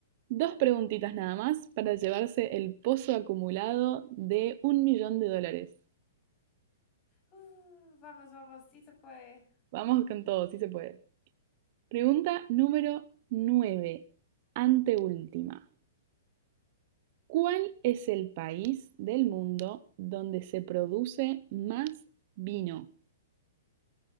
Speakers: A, on the right; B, on the left.
A: dos preguntitas nada más para llevarse el pozo acumulado de un millón de dólares.
B: Uh, vamos, vamos, sí se puede.
A: Vamos con todo, sí se puede. Pregunta número 9, anteúltima. ¿Cuál es el país del mundo donde se produce más vino?